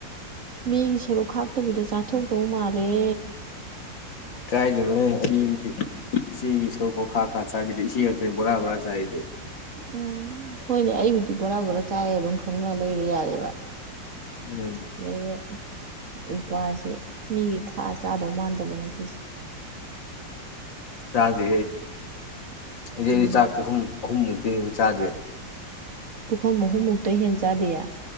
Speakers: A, on the right; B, on the left.
A: ꯃꯤꯒꯤ ꯁꯔꯨꯛ ꯈꯥꯛꯇꯕꯤꯗ ꯆꯥꯊꯣꯛꯇꯧ ꯃꯥꯜꯂꯦ
B: ꯀꯥꯏꯗꯅꯣꯍ ꯑꯩ ꯏꯆꯦꯒꯤ ꯁꯣꯔꯄ ꯈꯥ ꯈꯥ ꯆꯥꯕꯤꯗ ꯏꯦ ꯈꯥꯛꯛꯇꯅꯤ ꯕꯣꯔꯥ ꯕꯣꯔꯥ ꯆꯥꯏꯗ
A: ꯎꯝ ꯍꯣꯏꯅꯦ ꯑꯩꯕꯨꯗꯤ ꯕꯣꯔꯥ ꯕꯣꯔꯥ ꯆꯥꯏꯑ ꯑꯗꯨꯝ ꯈꯪꯅ ꯂꯩꯔꯦ ꯌꯥꯔꯦꯕ
B: ꯎꯝ
A: ꯂꯩꯅꯦ ꯅꯨꯄꯥꯁꯦ ꯃꯤ ꯈꯥ ꯆꯥꯗꯧ ꯃꯥꯟꯗꯕꯅ ꯁꯤꯁꯦ
B: ꯆꯦꯗꯤ ꯏꯩꯗꯤ
A: ꯎꯝ
B: ꯆꯥꯛꯄꯈꯨꯝ ꯑꯍꯨꯝꯃꯨꯛꯛꯇ ꯆꯥꯗꯦ
A: ꯄꯨꯨꯈꯝ ꯃꯍꯨꯝ ꯃꯨꯛꯇ ꯍꯦꯟꯆꯥꯗꯌꯥ